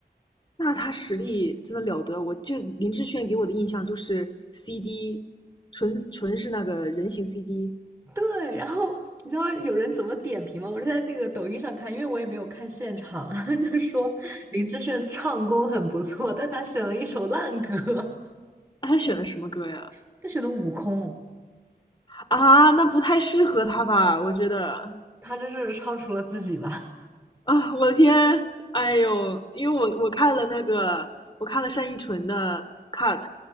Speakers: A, on the left; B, on the right.
A: 那他实力真的了得，我就林志炫给我的印象就是 CD，纯纯是那个人形 CD。
B: 对，然后你知道有人怎么点评吗？我是在那个抖音上看，因为我也没有看现场，<laughs> 然后就是说林志炫唱功很不错，但他选了一首烂歌，
A: 啊，他选的什么歌呀？
B: <laughs> 他选的《悟空》，
A: 啊，那不太适合他吧？我觉得
B: 他这是唱出了自己吧。
A: 啊，我的天，哎呦，因为我我看了那个，我看了单依纯的 Cut，